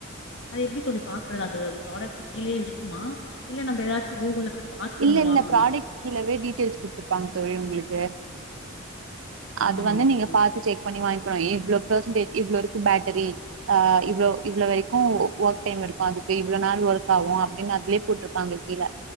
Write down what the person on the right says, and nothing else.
இல்ல
இல்ல ப்ராடக்ட் கீழவே டீட்டெயில்ஸ் குடுத்துருப்பாங்க தோழி உங்களுக்கு
அது வந்து நீங்க
பாத்து செக் பண்ணி வாங்கிக்கணு எவ்ளோ பெர்சன்டேஜ் இவ்ளோ இருக்கு பேட்டரி ஆ இவ்ளோ இவ்ள வரைக்கு ஒர்க் டைம் இருக்கு அதுக்கு இவ்வளவு நாள் ஒர்க் ஆகு அப்டின்னு அதுலே போட்டிருப்பாங்க கீழே